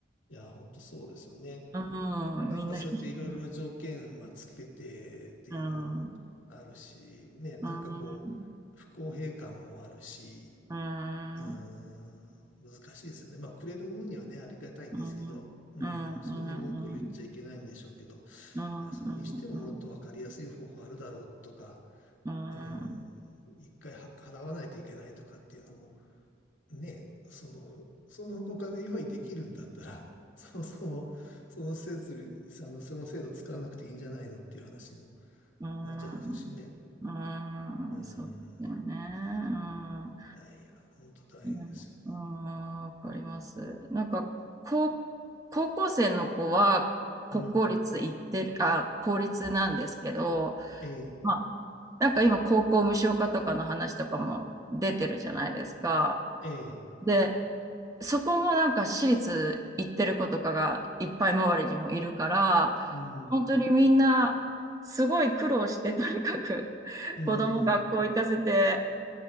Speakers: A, on the left; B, on the right.
A: や、本当そうですよね。
B: うん、
A: なんかそうやっていろいろ条件はつけてっていうのもあるし、
B: みんな必死に、うん、うん、
A: ね、なんかこう、
B: うん、
A: 不公平感もあるし、
B: うん、
A: うーん、難しいですよね。まあ、くれる分にはね、ありがたいんですけど、
B: うん、うん、
A: うん、
B: うん、
A: それで文句を言っちゃいけないんでしょうけど、
B: うん、うん、
A: いや、それにしてももっと分かりやすい方法あるだろうとか、
B: うん、うん、うん、
A: うん、一回は払わないといけないとかっていうのも、ね、その、そのお金用意できるんだったら、<laughs> そもそも、その設備、あの、その制度使わなくていいんじゃないのっていう話にも
B: うん、
A: なっちゃいますしね。
B: うんそうだよね。
A: うん。
B: うん
A: いやいや、本当大変ですよ。
B: いや、あーわかります。なんか、高、高校生の子は国公立行ってる、
A: うん。
B: あ、公立なんですけど、
A: ええ、
B: まあ、なんか今、高校無償化とかの話とかも出てるじゃないですか。
A: ええ、
B: で、そこもなんか私立行ってる子とかがいっぱい周りにもいるから、
A: うん、
B: 本当にみんな、すごい苦労して、<laughs> とにかく
A: うん。
B: 子供学校行かせて、